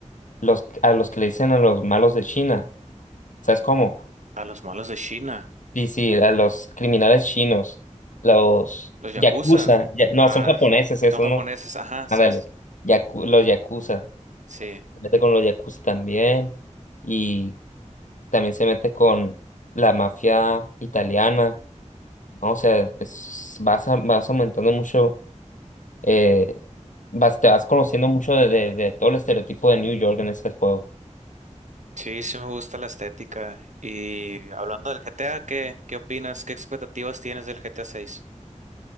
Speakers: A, on the left; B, on the right.
A: los, a los que le dicen a los malos de China? ¿Sabes cómo?
B: A los malos de China.
A: Sí, sí, a los criminales chinos, los
B: Los Yakuza.
A: yakuza, ya- no,
B: Ah,
A: son japoneses esos,
B: son japoneses.
A: ¿no?
B: Ajá, sí.
A: Ándale, yaku- los yakuza,
B: Sí.
A: se mete con los yakuza también y también se mete con la mafia italiana, ¿no? O sea, es- vas, a- vas aumentando mucho, eh, vas, te vas conociendo mucho de, de, de todo el estereotipo de New York en ese juego.
B: Sí, sí me gusta la estética. Y hablando del GTA, ¿qué, qué opinas? ¿Qué expectativas tienes del GTA 6?